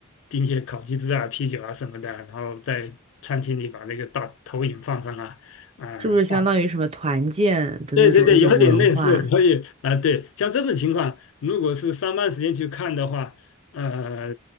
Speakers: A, on the left; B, on the right.
A: 订些烤鸡翅啊、啤酒啊什么的，然后在餐厅里把那个大投影放上啊，啊、
B: 是不是相当于什么团建的那种一种文化？
A: 大对对对，有点类似。所以啊、呃对，像这种情况，如果是上班时间去看的话，呃，